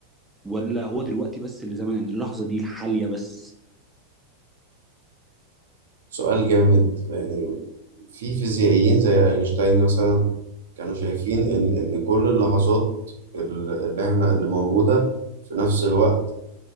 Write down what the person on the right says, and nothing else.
سؤال جامد يعني في فيزيائيين زي اينشتاين مثلا كانوا شايفين ان ان كل اللحظات ال- اللي احنا اللي موجودة في نفس الوقت